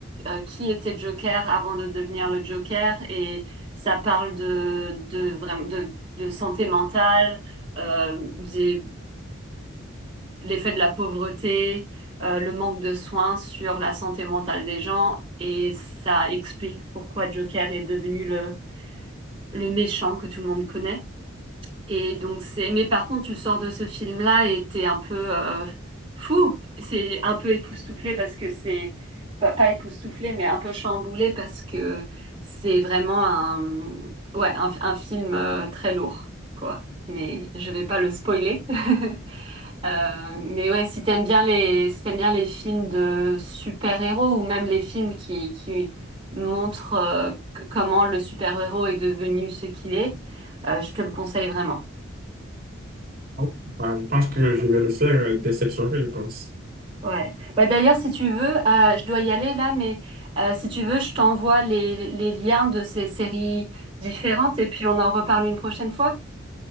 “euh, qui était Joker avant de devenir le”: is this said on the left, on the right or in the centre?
Right